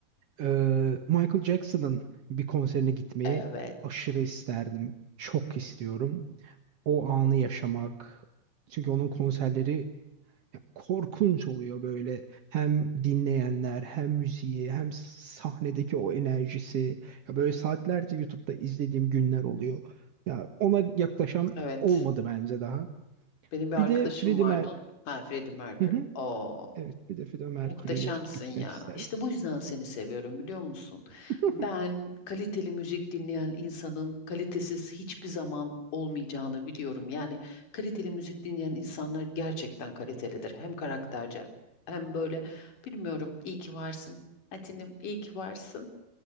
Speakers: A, on the right; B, on the left.
A: Ee, Michael Jackson'ın bir konserine gitmeyi
B: Evet.
A: aşırı isterdim. Çok istiyorum. O anı yaşamak. Çünkü onun konserleri ya, korkunç oluyor böyle. Hem dinleyenler, hem müziği, hem sahnedeki o enerjisi. Ya böyle saatlerce YouTube'da izlediğim günler oluyor. Ya ona yaklaşan
B: Evet.
A: olmadı bence daha.
B: Benim bir arkadaşım
A: Bir de Freddie
B: vardı.
A: Mer...
B: Ha, Freddie Mercury.
A: Hı hı.
B: Oo,
A: Evet, bir de Freddie Mercury'ye
B: muhteşemsin
A: çok gitmek
B: ya.
A: isterdim.
B: İşte bu yüzden seni seviyorum biliyor musun?
A: <laughs>
B: Ben kaliteli müzik dinleyen insanın kalitesiz hiçbir zaman olmayacağını biliyorum. Yani kaliteli müzik dinleyen insanlar gerçekten kalitelidir. Hem karakterce hem böyle bilmiyorum. İyi ki varsın. Atinim, iyi ki varsın.